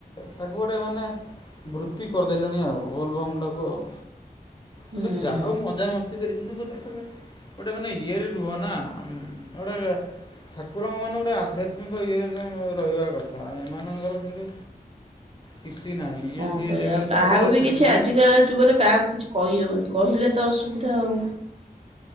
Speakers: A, on the left (about 30°); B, on the right (about 40°).
A: ତାକୁ ଗୋଟେ ମାନେ ବୃତ୍ତି କରିଦେଲେଣି ଆଉ ବୋଲବମ୍ ଟାକୁ ଆଉ।
B: ହୁଁ
A: ଆମେ ତ ଯାଉ ମଜା ମସ୍ତି କରିକି। <unintelligible> ଗୋଟେ ମାନେ ଇଏ ରେ ରୁହ ନା ଗୋଟେ ଠାକୁରଙ୍କ ମାନେ ଗୋଟେ ଆଧ୍ୟାତ୍ମିକ ଇଏରେ ରହିବା କଥା ଏମାନଙ୍କର କିନ୍ତୁ କିଛି ନାହିଁ ଇଏ
B: କଣ
A: ଯିଏ
B: କରିବା
A: ଯେମିତି
B: ଆଉ କାହାକୁ
A: ପାଇଲେ
B: ବି
A: ସେମିତି
B: କିଛି ଆଜିକା ଯୁଗରେ କାହାକୁ କିଛି କହିହେବନି। କହିଲେ ତ ଅସୁବିଧା ଆଉ।